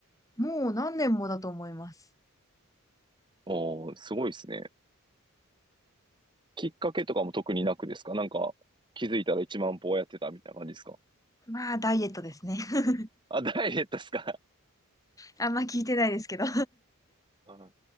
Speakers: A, on the left; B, on the right.
A: もう何年もだと思います。
B: う。おー、すごいですね。きっかけとかも特になくですかなんか、気づいたら1万歩をやってたみたいな感じですか
A: まあ、ダイエットですね。<laughs>
B: あ、ダイエットですか
A: あんま聞いてないですけど。
B: は